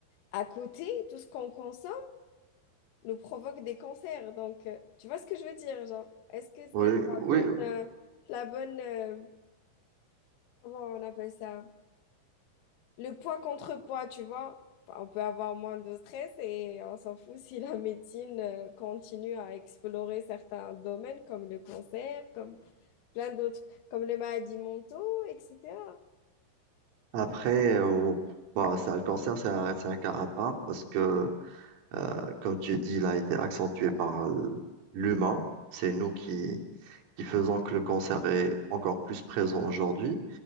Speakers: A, on the left (about 80°); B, on the right (about 80°).
A: à côté, tout ce qu'on consomme nous provoque des cancers. Donc, euh, tu vois ce que je veux dire, genre, est-ce que
B: Oui,
A: c'est la
B: oui.
A: bonne, euh, la bonne, euh, comment on appelle ça? Le poids contre poids, tu vois? Enfin, On peut avoir moins de stress et on s'en fout si la <laughs> médecine euh, continue à explorer certains domaines comme le cancer, comme plein d'autres, comme les maladies mentaux, etc.
B: Après, euh, oh, bah, ça, le cancer, c'est un, c'est un cas à part parce que, euh, comme tu dis, il a été accentué par euh, l'humain. C'est nous qui, qui faisons que le cancer est encore plus présent aujourd'hui.